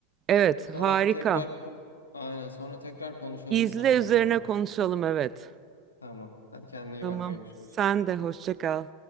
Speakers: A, on the right; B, on the left.
A: Evet,
B: Sonra
A: harika.
B: tekrar ko- aynen sonra tekrar konuşalım
A: İzle
B: seninle
A: üzerine
B: olur mu?
A: konuşalım evet.
B: Tamam. Hadi kendine iyi
A: Tamam.
B: bak görüşürüz.
A: Sen de hoşça kal.